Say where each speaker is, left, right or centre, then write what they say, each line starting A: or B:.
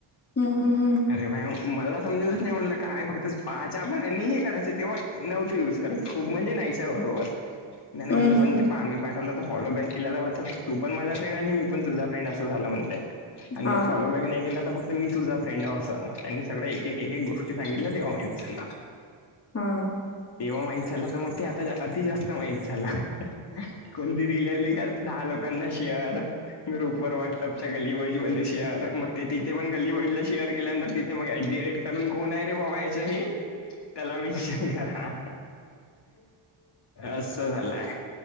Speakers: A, on the left; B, on the left.
A: हम् हम् हम्
B: अरे बा मला समजतच नाही म्हटलं काय फक्त पाहायं पण आणि हे करायचं तेव्हा नव्हतं युज करात खूप म्हणजे नाहीच आहे बरोबर त्या म्हटलं
A: हम्म हम्म हम्म
B: पण ते
A: हम्म
B: आम्ही पाठवलं तर फॉलो बॅक केला तर मात तू पण माझा फ्रेंड आणि मी पण तुझा फ्रेंड असं झाला म्हणते आणिर
A: हा
B: फॉलो बॅ नाही गेलं तर फक्त मी तुझ फ्रेड आहे असं त्यांनी सग्या एक एक गोष्टी सांगितल्या तेव्हा माहित सला
A: हम
B: तेव्हा माहीत झालं तर मग ते आता अति जास्त माहित झालं कोणती रीलली का दहा लोकांना शेअर ग्रुप व व्हॉट्सअपच्या गल्लीबज मध्ये शेअर मग ते तिथे पण गलीबजला शेअर केल्यानंतर तिथ मग ऍडेट कारण कोण आहे रे बवायचंही त्याला मिेनशन करा असं झालंय